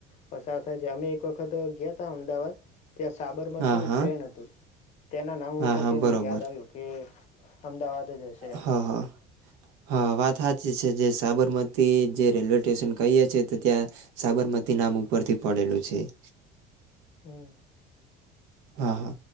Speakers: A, on the left; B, on the right.
A: પસાાર થાય છે. અમે એક વખત ગયાતા અમદાવાદ ત્યાં સાબરમતી
B: હા, હા.
A: ટ્રેન હતું. તેના નામ
B: હા,
A: ઉપરથી
B: હા. બરોબર.
A: મને યાદ આવ્યું કે અમદાવાદ જ હશે
B: હા,
A: એમ
B: હા. હા, વાત હાચી છે જે સાબરમતી જે રેલ્વે ટેશન કહીએ છીએ તો ત્યાં સાબરમતી નામ ઉપરથી પડેલું છે એ
A: હમ
B: હા હા